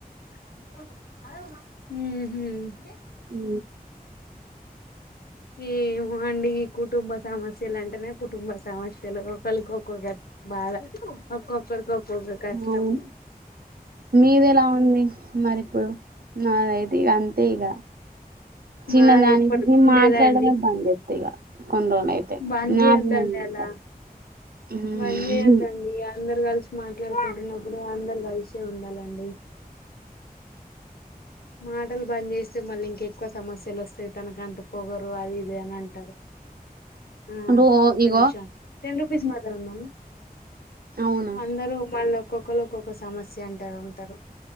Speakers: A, on the left; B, on the right.
A: ఉ హుం
B: ఉ
A: ఏమో అండి కుటుంబ సమస్యలు అంటేనే కుటుంబ సమస్యలు ఒకళికి ఒకళు గట్ బాగా ఒక్కక్కరికి ఒక్కొక్క కష్టం
B: అవును మీది ఎలా ఉంది మరిప్పుడు నాదై తే ఇగ అంతే ఇగ చిన్నదానికి
A: మాది ఎప్పటికి
B: నేను
A: ఉండేదండి
B: మాట్లాడమే బంద్ చేత్తా ఇగ కొన్ని రోజులు అయితే
A: బంద్
B: నాకు
A: చేయొద్దండి
B: నేను
A: అలా
B: ఇంకా హ్మ్
A: బంద్ చేయొద్దండి అ అందరు కలిసి మాట్లాడుకుంటున్నప్పుడు అందరు కలిసే ఉండాలండి మాటలు బంద్ చేస్తే మళ్ళీ ఇంకెక్కువ సమస్యలు వస్తాయి తనకు అంత పొగరు అది ఇది అని అంటారు ఆ
B: రో
A: ఒక్క
B: ఇగో
A: నిమిషం టెన్ రుపీస్ మజా ఉందాన్న
B: అవును
A: అందరూ మళ్ళ ఒక్కొక్కళు ఒక్కొక్క సమస్య అంట ఉంటరు